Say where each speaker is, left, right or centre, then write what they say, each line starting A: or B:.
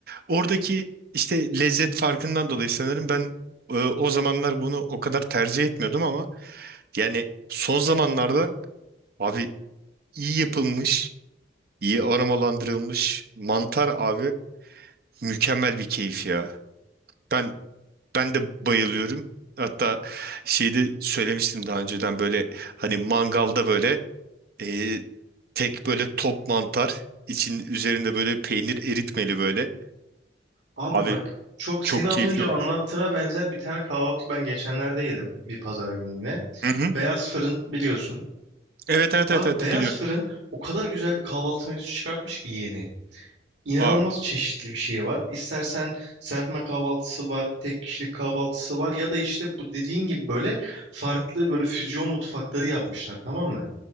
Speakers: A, on the right (about 55°); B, on the right (about 80°).
A: Oradaki işte lezzet farkından dolayı sanırım ben e, o zamanlar bunu o kadar tercih etmiyordum ama yani son zamanlarda abi iyi yapılmış, iyi aromalandırılmış mantar abi mükemmel bir keyif ya. Ben Ben de bayılıyorum. Hatta şeyde söylemiştim daha önceden böyle hani mangalda böyle e, tek böyle top mantar için üzerinde böyle peynir eritmeli böyle.
B: Abi
A: Abi
B: bak çok
A: çok
B: seni az
A: keyifli
B: önce anlattığına
A: olur.
B: benzer bir tane kahvaltı ben geçenlerde yedim. Bir pazar günü yine.
A: Hı hı.
B: Beyaz Fırın biliyorsun.
A: Evet evet
B: Abi
A: evet evet
B: Beyaz
A: biliyorum.
B: Fırın o kadar güzel bir kahvaltı menüsü çıkartmış ki yeni. İnanılmaz
A: Aa.
B: çeşitli bir şey var. İstersen serpme kahvaltısı var, tek kişilik kahvaltısı var ya da işte bu dediğin gibi böyle farklı böyle füzyon mutfakları yapmışlar tamam mı?